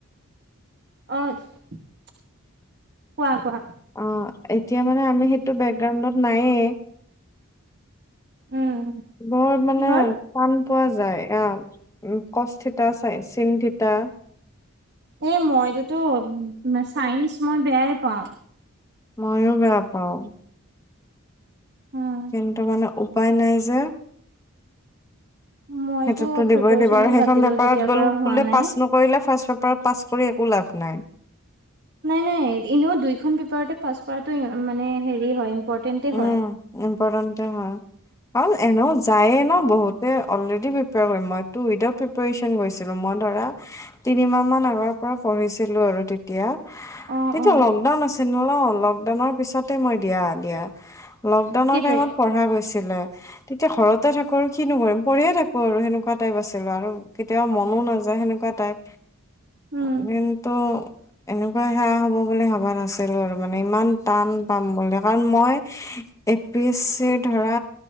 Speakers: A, on the right; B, on the left.
A: অ' কোৱা কোৱা।
B: অ' এতিয়া মানে আমি সেইটো বেগ গ্ৰাউণ্ডত নাইে
A: উম
B: বৰ মানে
A: কিহৰ?
B: টান পোৱা যায় আহ উম কচথিতা চাই চিন থিতা,
A: এ মইততো চাইন্স মই বেয়াই পাওঁ।
B: মইো বেয়া পাওঁ।
A: উম।
B: কিন্ত মানে উপাই নাই যে,
A: মইতো
B: সেইটোততো
A: প্ৰিপেৰেচনে
B: দিবই দিব, আৰু
A: বাদ
B: সেইখন
A: দিলো
B: পেপাৰত
A: যেতিয়াৰ
B: ব'ল
A: পৰা হোৱা
B: বোলে
A: নাই।
B: পাছ নকৰিলে ফাৰ্ষ পাছ কৰি একো লাভ নাই।
A: নাই নাই এনেও দুইখন পেপাৰতে পাছ কৰাতটো মানে হেৰি হয়। ইম্পৰ্টেণ্টে হয়।
B: উম ইম্পৰ্টেণ্ট হয়। আৰু এনেও যায়ে ন বহুত, অলৰেডি প্ৰিপেয়াৰ কৰিম, মই টো উইদাউট প্ৰিপ্ৰয়াৰেচন গৈছিলোঁ, মই ধৰা তিনিমাহমান আগৰ পৰা পঢ়িছিলোঁ আৰু তেতিয়া,
A: অ
B: তেতিয়া
A: অ
B: লকডাউন আছিল। নলওঁ, লকডাউনৰ পিছতে মই দিয়া, দিয়া লকডাউনৰ
A: কেই তাৰিখ
B: টাইমত পঢ়া গৈছিলে, তেতিয়া ঘৰতে থা কৰো, কিনো কৰিম। কৰিয়ে থাকো আৰু সেনেকুৱাত টাইপ আছিলো আৰু, কেতিয়াবা মনো নাযায় সেনেকুৱা টাইপ।
A: উম
B: এদিনতো এনেকুৱা সেৱয়া হ'ব বুলি ভবা নাছিলো আৰু মানে ইমান টান পাম বুলি, কাৰণ মই এ পি এছ চি ধৰা